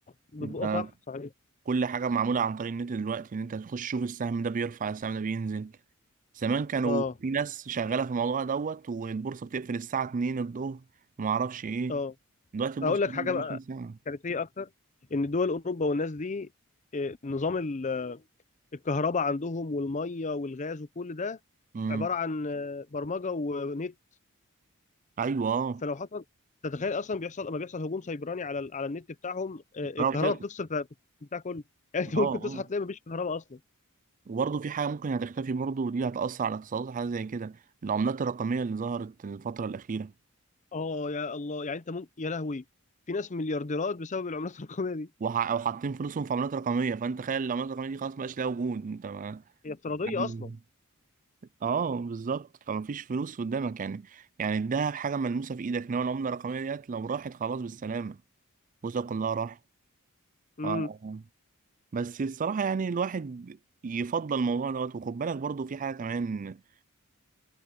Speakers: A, on the left (about 35°); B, on the right (about 35°).
A: بتبقى
B: انت
A: صح صحيح
B: كل حاجه معموله عن طريق النت دلوقتي ان انت تخش تشوف السهم ده بيرفع السهم ده بينزل زمان كانوا
A: اه
B: في ناس شغاله في الموضوع دوت والبورصه بتقفل الساعه 2 الظهر وما اعرفش ايه
A: اه
B: دلوقتي البورصه
A: اقول لك
B: 24
A: حاجه بقى
B: ساعه
A: كارثيه اكتر ان دول اوروبا والناس دي آه، نظام ال- الكهرباء عندهم والميه والغاز وكل ده
B: امم
A: عباره عن آه، برمجه ونت
B: ايوه اه
A: فلو حصل تتخيل اصلا بيحصل لما بيحصل هجوم سيبراني على ال- على النت بتاعهم آه، الكهرباء
B: قربت
A: بتفصل ف- بتاع كله يعني انت
B: اه
A: ممكن تصحى
B: اه
A: تلاقي مفيش كهرباء اصلا
B: وبرضه في حاجة ممكن هتختفي برضه ودي هتأثر على الاقتصادات حاجة زي كده العملات الرقمية اللي ظهرت الفترة الأخيرة
A: اه يا الله يعني انت ممكن يا لهوي في ناس مليارديرات بسبب العملات الرقميه دي
B: وح... أو حاطين فلوسهم في عملات رقمية فأنت تخيل العملات الرقمية دي خلاص مبقاش لها وجود أنت ما...
A: هي افتراضيه
B: يعني
A: اصلا
B: اه بالظبط فمفيش فلوس قدامك يعني يعني الدهب حاجة ملموسة في إيدك إنما العملة الرقمية ديت لو راحت خلاص بالسلامة فلوسك كلها راحت
A: امم
B: آه. آه. بس الصراحة يعني الواحد يفضل الموضوع دوت وخد بالك برضه في حاجة كمان